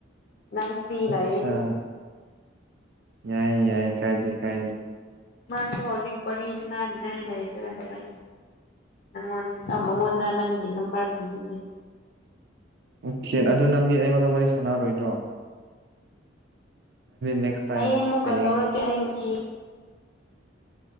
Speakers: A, on the left; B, on the right.
A: ꯅꯪ ꯐ꯭ꯔꯔꯤ ꯏꯂ
B: ꯑꯠꯆꯥ
A: ꯏꯔꯗꯤ
B: ꯌꯥꯏ ꯌꯥꯏ ꯀꯥꯏꯖꯦ ꯀꯥꯏ ꯂꯩ
A: ꯃꯥꯁꯨ ꯍꯧꯖꯤꯛ ꯋꯥꯔꯤꯁꯨ ꯅꯥꯅꯤꯡꯉꯥꯏ ꯂꯩꯇꯒ ꯂꯩꯔ ꯅꯪꯉꯣꯟ ꯃꯉꯣꯟꯗ ꯅꯪꯒꯤ ꯅꯝꯕꯔ ꯄꯤꯕꯤꯗꯦ
B: ꯑꯣꯀꯦ ꯑꯗꯨꯗ ꯅꯪꯗꯤ ꯑꯩꯉꯣꯟꯗ ꯋꯥꯔꯤ ꯁꯥꯟꯅꯔꯔꯣꯏꯗ꯭ꯔꯣ ꯅꯦꯛꯁ ꯇꯥꯏꯝ
A: ꯑꯩꯡ ꯑꯃꯨꯛꯀ
B: ꯍꯌꯦꯡ
A: ꯇꯧꯔꯛꯀꯦ ꯑꯩꯡꯁꯤ